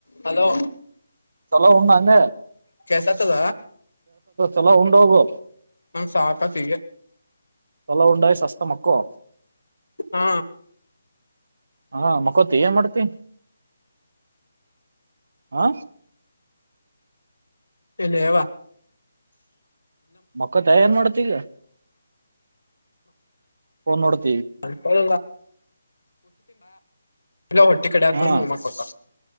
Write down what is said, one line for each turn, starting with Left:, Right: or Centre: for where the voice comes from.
Left: Hello
Right: ಹ ಉ್ಣ ಅಂಗ
Left: ಕಸತದ
Right: ಎಲ ಉು ಹೋಗೋ
Left: ಮಾಮ್ ಸಾವಕ ಸಿ
Right: ವಳವ ಉಂಡಾಯ ಶಸ್ತ ಮಕ್ಕೋ
Left: ಹಾ
Right: ಹಾ ಮಕ್ಕೊತಿ ಏ ಮಾಡ್ತಿ ಹಾ
Left: ಇಲ್ಲ ಎವ
Right: ಮಕ್ಕ ತಯಾರನ್ ಮಾಡತಲ್ಲ ನ್ಡ್
Left: ಅ ಕೊಂಗ ಇಲ್ಲ ಹೊಟ್ಟೆ ಕಡೆ ಅಂತ
Right: ಹಾ
Left: ನಮ್ಮಕ್ತ